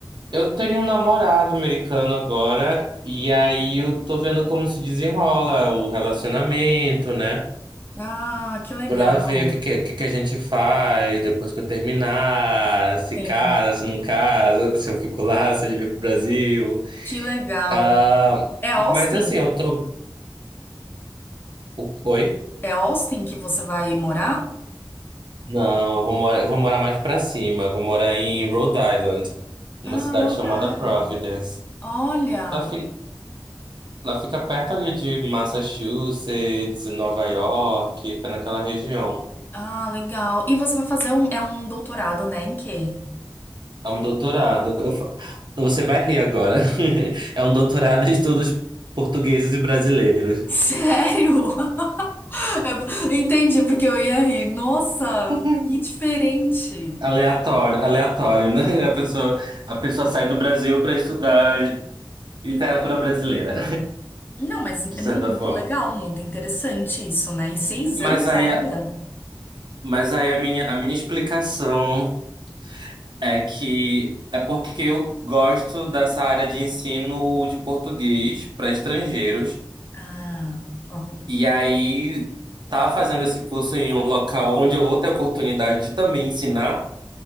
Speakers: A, on the right (about 65°); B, on the left (about 25°).
A: eu tenho um namorado americano agora, e aí eu tô vendo como se desenrola o relacionamento, né?
B: Ah, que legal.
A: Pra ver o que, que, o que que a gente faz depois que eu terminar, se
B: Sim,
A: casa, se não casa, se eu fico lá, se ele vem pro Brasil.
B: que legal.
A: Ah,
B: É Austin?
A: mas assim, eu tô. o- Oi?
B: É Austin que você vai morar?
A: Não, eu vou morar, eu vou morar mais pra cima. Eu Vou morar em Rhode Island, uma
B: Ah,
A: cidade
B: Rhode
A: chamada
B: Island.
A: Providence.
B: Olha.
A: Lá fica, lá fica perto ali de Massachusetts, Nova York, fica naquela região.
B: Ah, legal. E você vai fazer um, é um doutorado, né? Em quê?
A: É um doutorado. Eu fa- Você vai rir agora. <laughs> É um doutorado em estudos portugueses e brasileiros.
B: <laughs> Sério? <laughs> Entendi, porque eu ia rir. Nossa,
A: <laughs>
B: que diferente.
A: Aleatório, aleatório, né? A pessoa, a pessoa sai do Brasil para estudar literatura brasileira.
B: Não, mas é
A: de certa
B: muito
A: forma.
B: legal, muito interessante isso, né? Em seis
A: Mas
B: anos
A: aí,
B: ainda?
A: a- mas aí a minha, a minha explicação é que é porque eu gosto dessa área de ensino de português para estrangeiros.
B: Ah, ok.
A: E aí tá fazendo esse curso em um local onde eu vou ter a oportunidade de também ensinar,